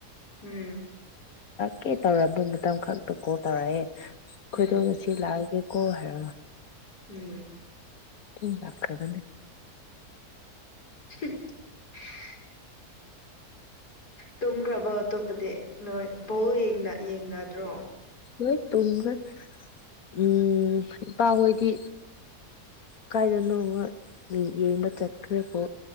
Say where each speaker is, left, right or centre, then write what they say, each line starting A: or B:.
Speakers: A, on the left; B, on the left.
A: ꯎꯝ
B: ꯂꯥꯛꯀꯦ ꯇꯧꯔꯔꯕ ꯃꯇꯝ ꯈꯛꯇ ꯀꯣ ꯇꯧꯔꯛꯑꯦ ꯑꯩꯈꯣꯏꯗꯣ
A: ꯎꯝ
B: ꯉꯁꯤ ꯂꯥꯛ ꯀ ꯀꯣ ꯍꯥꯏꯔꯣ
A: ꯎꯝ
B: ꯇ ꯗꯥꯛꯀꯗ
A: <unintelligible> ꯇꯨꯝꯈ꯭ꯔꯕꯣ ꯑꯇꯣꯞꯄꯗꯤ ꯅꯣꯏ ꯕꯧ ꯌꯦꯡꯅꯗ꯭ꯔꯣ
B: ꯍꯣꯏ ꯇꯨꯡꯒ ꯎꯝ ꯄꯥ ꯑꯣꯏꯣꯏꯗꯤ ꯀ ꯏꯅ ꯌꯦꯗ ꯆꯠꯀ ꯄꯣ